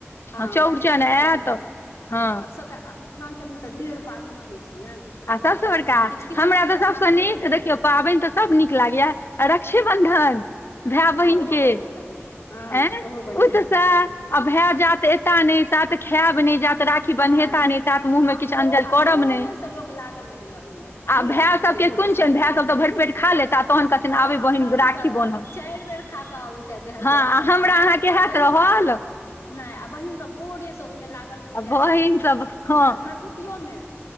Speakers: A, on the left; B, on the left.
A: हँ
B: चौड़चन
A: गणेशो पूजा
B: आयत हँ
A: आब सभटा मिथिलाञ्चल में तऽ ढेर पाबनि होइत छै ने साल
B: आ सभसँ
A: भरि तऽ
B: बड़का
A: किछु ने किछु किछु
B: हमरा
A: ने किछु
B: तऽ
A: अपना
B: सभसँ
A: सभके
B: नीक
A: होइते रहै
B: देखियौ
A: छै
B: पाबनि तऽ सभ नीक लागैए रक्षा बन्धन भाय बहिनके
A: हँ ओहो बड मोन लागै छै हँ
B: अय
A: ओहो बड नीक
B: ओतसँ
A: लगै छै
B: अभय जात एता नहि त खायब नहि जात तऽ राखी
A: नहि
B: बन्हता न ता तऽ मुँह में
A: आ
B: किछ अंजल
A: ओ आ
B: करब
A: भोरेसँ
B: ने नहि
A: लोक लागल रहैया ओहिमे नहि
B: आ
A: लागल
B: भाय
A: रहै
B: सभके
A: छै भोरेसँ
B: कोन छैन
A: ह
B: भाय सभ तऽ
A: ह
B: भरि पेट खा लेता तहन कहथिन
A: हँ
B: आबै बहिन
A: खा पी
B: राखी
A: कऽ
B: बान्हब
A: चारि बेर खा अबै छथि भाय सब
B: हँ हमरा
A: आ त
B: अहाँके
A: आ
B: हैत
A: बहिन
B: रहल आ
A: नहि आ बहिन सब भोरे ओहि में लागल रहैया
B: बहिन सभ हँ
A: भरदुति में